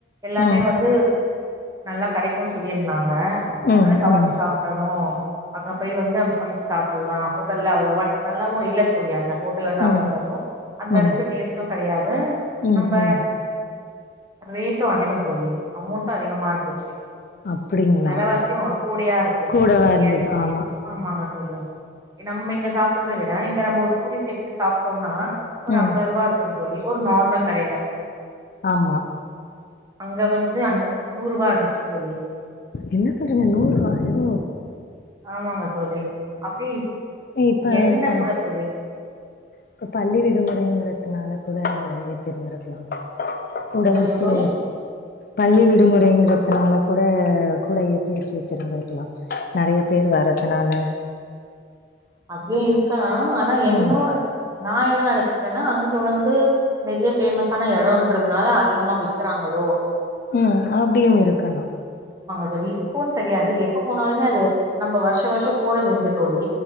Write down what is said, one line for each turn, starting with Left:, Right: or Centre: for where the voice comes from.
Right: எல்லாமே
Left: ம் ம் ம்
Right: வந்து நல்லா கடைக்குன் சொல்லியிருந்தாங்க
Left: ம்
Right: அதனால சமச்சி
Left: ம்
Right: சாப்புடணு அங்க போய் வந்து நம்ம சமச் சாப்புல்லா ஹோட்டல்ல அவளோவ நல்லாவு இல்ல தோழி அங்க ஹோட்டல்ல
Left: ம்
Right: சாப்டுமோதும் அந்தளவுக்கு
Left: ம் ம்
Right: டேஸ்ட்டு கடையாது
Left: ம்
Right: நம்ப ரேட்டு அதிகோ தோழி அமோண்ட்டு அதிகமா இருந்துச்சு
Left: அப்டிங்ளா
Right: வெலவாசியு அங்க கூடயா இருக்கு
Left: கூடவா இருந்துது
Right: எ
Left: ஆமா
Right: ஆமாங்க தோழி, நம்ம இங்க சாப்பட்றத விட இங்க நம்ம ஒரு பூரி செட்டு சாப்ட்டோம்னா ஒரு
Left: ம்
Right: அம்பது ரூபா இருக்கு தோழி ஒரு நார்மல் கடையில
Left: ஆமா
Right: அங்க வந்து அந்த நூறுரூவா இருந்துச்சு தோழி
Left: என்ன சொல்றீங்க நூறு ரூவாயோ
Right: ஆமாங்க தோழி அப்டி,
Left: இப்ப
Right: என்ன
Left: ச
Right: கூட தோழி
Left: இப்ப பள்ளி விடுமுறைங்கறதுனால கூட ஏத்திருந்திருக்லா கூட
Right: என்னதுங்க
Left: வித்து
Right: தோழி
Left: பள்ளி வி விடுமுறைங்கிறத்துனால கூட கூட ஏத்தி வச்சி வித்துருந்திருக்லா நெறைய பேரு வர்றதுனால
Right: அப்டியும் இருக்கலா ஆனா என்னோட
Left: ம்
Right: நா என்ன நெனைக்கிறனா அங்க வந்து நெறைய பேமஸ்ஆனா எடம்ன்றதுனால அதிகமா விக்கறாங்களோ
Left: ம்ம்ம்ம் அப்டியும் இருக்கலா
Right: <unintelligible> இப்போன்னு கெடையாது எப்ப போனாலுமே அது நம்ம வருஷோ வருஷோ போறது உண்டு தோழி